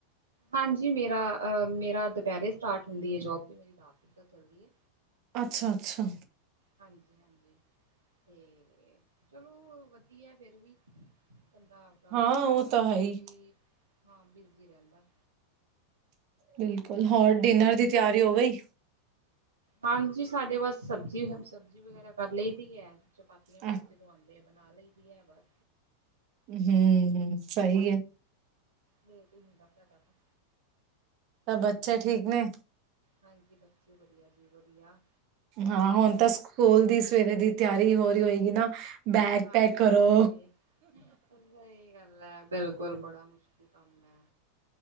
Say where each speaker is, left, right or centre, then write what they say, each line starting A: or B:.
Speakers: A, on the right; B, on the right.
A: ਹਾਂਜੀ ਮੇਰਾ ਆ, ਮੇਰਾ ਦੋਪੈਰੇ ਸਟਾਰਟ ਹੁੰਦੀ ਐ ਜੋਬ ਤੇ ਮੇਰੀ ਰਾਤ ਤਿਕਨ ਚੱਲਦੀ ਐ।
B: ਅੱਛਾ-ਅੱਛਾ।
A: ਹਾਂਜੀ-ਹਾਂਜੀ। ਤੇ ਫੇਰ ਚਲੋ ਵਦੀਆ ਫਿਰ ਵੀ ਬੰਦਾ ਤਾਂ
B: ਹਾਂ ਉਹ ਤਾਂ ਹੈ
A: ਬਿਜ਼ੀ,
B: ਹੀ
A: ਹਾਂ ਬਿਜ਼ੀ ਰੈਂਦਾ।
B: ਬਿਲਕੁਲ ਹੋਰ ਡਿਨਰ ਦੀ ਤਿਆਰੀ ਹੋ ਗਈ।
A: ਹਾਂਜੀ, ਸਾਡੇ ਬਸ ਸਬਜ਼ੀ ਹੈ ਸਬਜ਼ੀ ਵਗੈਰਾ ਕਰ ਲਈ ਦੀ ਐ ਚਪਾਤੀਆਂ ਬਾਦ
B: ਅ-
A: ਚ ਜਦੋਂ ਆਂਦੇ ਬਨਾ ਲਈ ਦੀ ਐ ਬਸ।
B: ਹੂੰ, ਹੂੰ ਸਈ ਐ।
A: ਲੇਟ ਈ ਹੁੰਦਾ ਤੁਆਡਾ ਕੋਲ।
B: ਸਬ ਬੱਚੇ ਠੀਕ ਨੇ।
A: ਹਾਂਜੀ, ਬੱਚੇ ਵਦੀਆ ਜੀ ਵਦੀਆ।
B: ਹਾਂ ਹੁਣ ਤਾਂ ਸਕੂਲ ਦੀ ਸਵੇਰੇ ਦੀ ਤਿਆਰੀ ਹੋ ਰੀ ਹੋਏਗੀ ਨਾ। ਬੈਗ
A: ਹਾਂਜੀ
B: ਪੈਕ ਕਰੋ
A: ਸਹੀ ਗੱਲ ਐ ਬਿਲਕੁਲ ਬੜਾ ਮੁਸ਼ਕਿਲ ਕੰਮ ਐ।